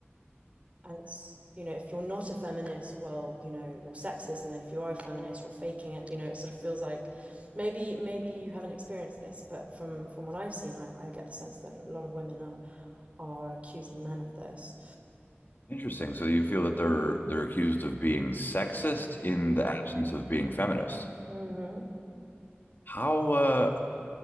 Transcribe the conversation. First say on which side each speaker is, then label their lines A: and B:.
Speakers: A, on the right; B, on the left.
A: And it's you know, if you're not a feminist, well, you know, you're sexist, and then if you are a feminist, you're faking it. You know, it sort of feels like maybe maybe you haven't experienced this, but from from what I've seen, I, I get the sense that a lot of women are are accusing men of this.
B: interesting. So you feel that they're they're accused of being sexist in the absence of being feminist.
A: hmm
B: How uh,